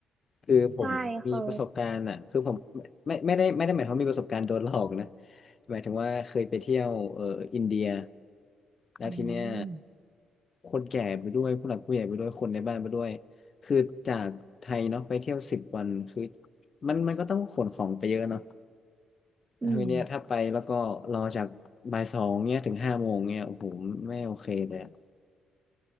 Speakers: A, on the left; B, on the right.
A: คือผมมีประสบการณ์อ่ะคือผม
B: ใช่คือ
A: ไม่ไม่ได้ไม่ได้หมายความว่ามีประสบการณ์โดนหลอกนะหมายถึงว่าเคยไปเที่ยวเอ่ออินเดียแล้วทีเนี้ย
B: อืม
A: คนแก่ไปด้วยผู้หลักผู้ใหญ่ไปด้วยคนในบ้านไปด้วยคือจากไทยเนาะไปเที่ยวสิบวันคือมันมันก็ต้องขนของไปเยอะเนาะ แล้วทีเนี้ยถ้าไปแล้วก็รอจากบ่ายสองเนี้ยถึงห้าโมงเนี้ยโอ้โหไม่โอเคเลยอะ
B: อืม